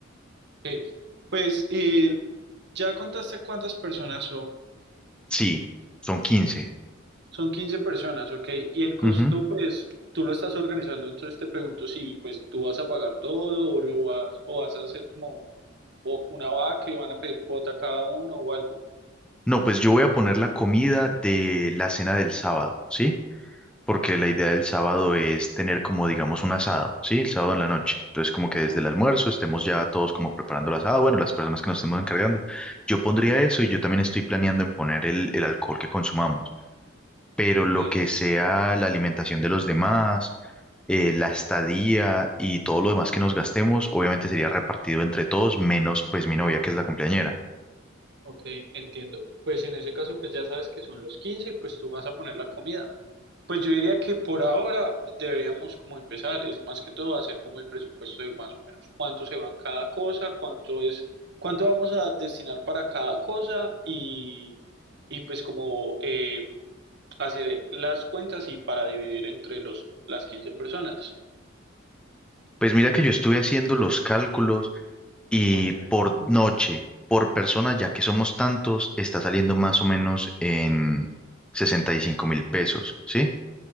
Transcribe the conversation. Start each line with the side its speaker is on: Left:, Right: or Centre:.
Right: ok. Pues, eh, ¿ya contaste cuántas personas son?
Centre: Sí, son quince
Right: Son 15 personas, ok. Y el costo,
Centre: Ujú.
Right: pues, tú lo estás organizando, entonces te pregunto si, pues, tú vas a pagar todo o lo vas, o vas a hacer como un- o una vaca que van a pedir cuota cada uno o algo.
Centre: No, pues yo voy a poner la comida de la cena del sábado, ¿sí? porque la idea del sábado es tener como, digamos, un asado, ¿sí? El sábado en la noche. Entonces, como que desde
Right: Oh,
Centre: el almuerzo estemos ya todos como preparando el asado, bueno, las personas que nos estemos encargando. Yo pondría eso y yo también estoy planeando en poner el, el alcohol que consumamos, pero
Right: Ok,
Centre: lo que sea la alimentación de los demás, eh, la estadía y todo lo demás que nos gastemos, obviamente sería repartido entre todos, menos pues mi novia que es la cumpleañera.
Right: ok, entiendo. Pues en ese caso, pues ya sabes que son los 15, y pues tú vas a poner la comida. Pues yo diría que por ahora deberíamos como empezar, es más que todo hacer como el presupuesto de más o menos cuánto se va en cada cosa, cuánto es, cuánto vamos a destinar para cada cosa y, y pues como eh, hacer las cuentas y para dividir entre los, las quince personas.
Centre: Pues mira que yo estuve haciendo los cálculos. Y
Right: Ok.
Centre: por noche, por persona, ya que somos tantos, está saliendo más o menos en sesenta y cinco mil pesos, ¿sí?